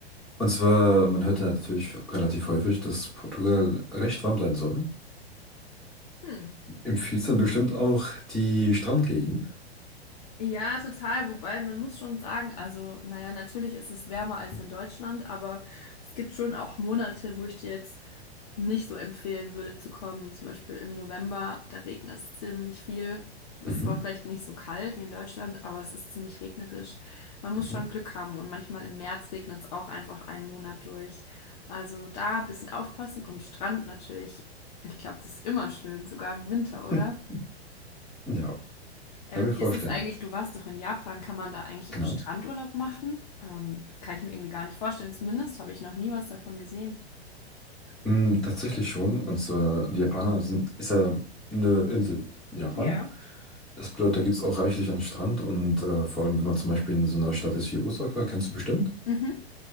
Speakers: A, in the centre; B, on the left.
A: Und zwar, man hört ja natürlich relativ häufig, dass Portugal recht warm sein soll.
B: Hm.
A: Empfiehlt dann bestimmt auch die Strandgegend.
B: Ja, total. Wobei man muss schon sagen, also, naja, natürlich ist es wärmer als in Deutschland, aber es gibt schon auch Monate, wo ich dir jetzt nicht so empfehlen würde zu kommen. Zum Beispiel im November, da regnet es ziemlich viel. Es ist
A: Mhm,
B: zwar vielleicht nicht so kalt wie in Deutschland, aber es ist ziemlich regnerisch. Man muss
A: mhm.
B: schon Glück haben und manchmal im März regnet es auch einfach einen Monat durch. Also da ein bisschen aufpassen und Strand natürlich. Ich glaube, das ist immer schön, sogar im Winter, oder?
A: <laughs> Ja,
B: Ähm,
A: kann mir vorstellen.
B: wie ist es eigentlich? Du warst doch in Japan. Kann man da eigentlich
A: Genau.
B: auch Strandurlaub machen? Ähm, kann ich mir irgendwie gar nicht vorstellen. Zumindest habe ich noch nie was davon gesehen.
A: Ähm, tatsächlich schon. Und zwar, die Japaner sind, ist ja eine Insel in Japan.
B: Ja.
A: Das bedeutet, da gibt es auch reichlich an Strand und äh, vor allem, wenn man zum Beispiel in so einer Stadt ist wie Osaka, kennst du bestimmt.
B: Mhm.